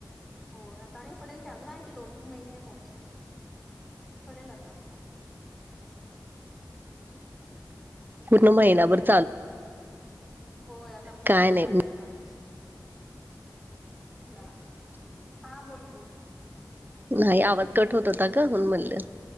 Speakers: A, in the centre; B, on the right (about 25°).
A: होय आता नाही पडेल की अजून आहे की दोन तीन महिने आहे पाऊस- पडेल आता
B: पूर्ण महिनाभर
A: बाकी
B: -
A: होय आता महिनाभर
B: काय नाही
A: चालू असणारच चालेल हा बोलकी
B: नाही आवाज कट होत होता ग म्हणून म्हणलं